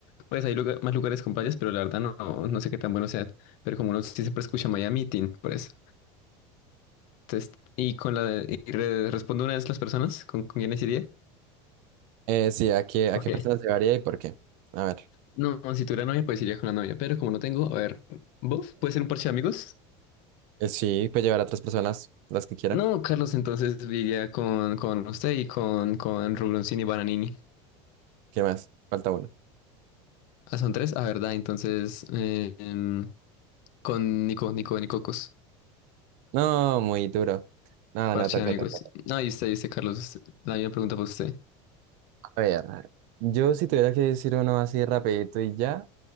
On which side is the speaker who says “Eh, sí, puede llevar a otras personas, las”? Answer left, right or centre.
Right